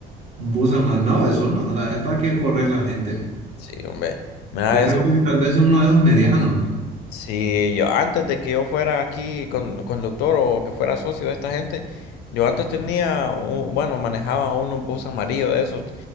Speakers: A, on the right; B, on the left.
A: Un busa más. No, eso no, la, es para que correr la gente, men.
B: Sí, hombre. Mira
A: Yo creo
B: eso.
A: que tal vez uno de esos medianos, man.
B: Sí, yo antes de que yo fuera aquí con- conductor o que fuera socio de esta gente, yo antes tenía, un- bueno, manejaba unos bus amarillos de esos